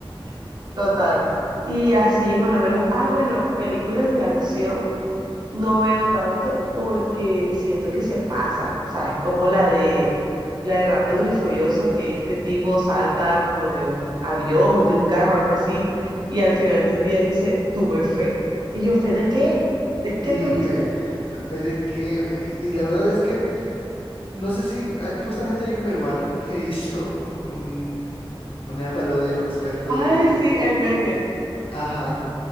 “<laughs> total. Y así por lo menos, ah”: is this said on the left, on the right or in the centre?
Right